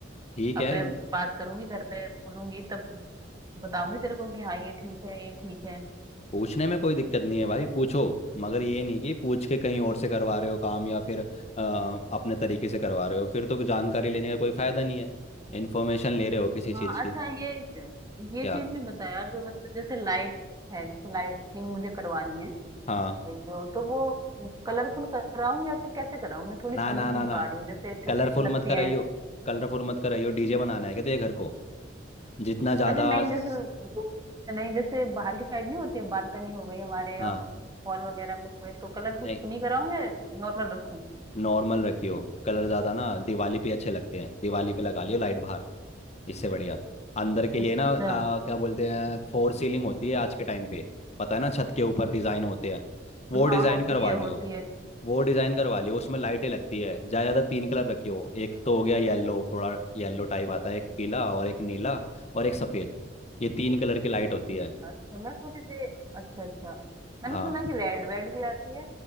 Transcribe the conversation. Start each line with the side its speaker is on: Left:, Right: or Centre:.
Left: ठीक
Right: अब
Left: है
Right: मैं बात करूंगी घर पे बोलूंगी तब बताऊंगी तेरे को कि हाँ ये ठीक है ये ठीक है
Left: पूछने में कोई दिक्कत नहीं है भाई पूछो मगर ये नहीं कि पूछ के कहीं और से करवा रहे हो काम या फिर आ, अपने तरीके से करवा रहे हो फिर तो जानकारी लेने का कोई फायदा नहीं है इन्फॉर्मेशन ले रहे हो किसी
Right: हाँ
Left: चीज़ की
Right: अच्छा ये ये
Left: क्या
Right: चीज भी बता यार जो मतलब जैसे लाइट है जैसे लाइटिंग मुझे करवानी है
Left: हाँ
Right: जो तो वो कलरफुल कराऊं या फिर कैसे कराऊं मैं थोड़ी
Left: ना
Right: समझ
Left: ना
Right: नहीं
Left: ना ना
Right: पा रही हूँ जैसे छज्जे
Left: कलरफुल
Right: पे लगती
Left: मत कराइयो
Right: है
Left: कलरफुल मत कराइयो डीजे बनाना है क्या तो ये घर को जितना ज़्यादा
Right: अरे नहीं
Left: स-
Right: जैसे वो- नहीं जैसे बाहर की साइड नहीं होती है बालकनी हो गई हमारे या
Left: हाँ
Right: हॉल वगैरह में हो गए तो कलरफुल
Left: नहीं
Right: नहीं कराऊंगे नॉर्मल रखूं
Left: नॉर्मल रखियो कलर ज़्यादा ना दिवाली पे अच्छे लगते हैं दिवाली पे लगा लियो लाइट बाहर इससे बढ़िया अंदर के
Right: अच्छा
Left: लिए ना आ, क्या बोलते हैं फोर सीलिंग होती है आज के टाइम पे पता है ना छत के ऊपर डिजाइन होते हैं वो
Right: हाँ
Left: डिजाइन
Right: होती
Left: करवा
Right: है
Left: लियो
Right: होती है
Left: वो डिजाइन करवा लियो उसमें लाइटें लगती है ज्यादा ज्यादा तीन कलर रखियो एक तो हो गया येलो थोड़ा येलो टाइप आता है एक पीला और एक नीला और एक सफेद ये तीन कलर की लाइट होती है
Right: अच्छा मैं सोची थी अच्छा अच्छा मैंने
Left: हाँ
Right: सुना कि रेड वेड भी आती है